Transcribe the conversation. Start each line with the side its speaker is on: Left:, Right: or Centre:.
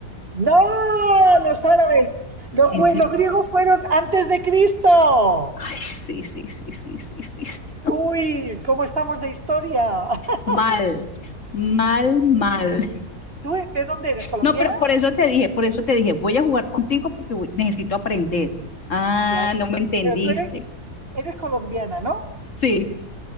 Right: No, los árabes. Los,
Left: ¿En
Right: grie-
Left: serio?
Right: los griegos fueron antes de Cristo.
Left: Ay, sí, sí, sí, sí, sí, sí, sí. <laughs> no.
Right: Uy, ¿cómo estamos de historia? <laughs>
Left: Mal, mal, mal.
Right: ¿Tú e- de dónde eres? ¿Colombiana?
Left: No, pero por eso te dije, por eso te dije, voy a jugar contigo porque voy- necesito aprender. Ah,
Right: Claro.
Left: no me entendiste.
Right: Pero tú eres, eres colombiana, ¿no?
Left: Sí,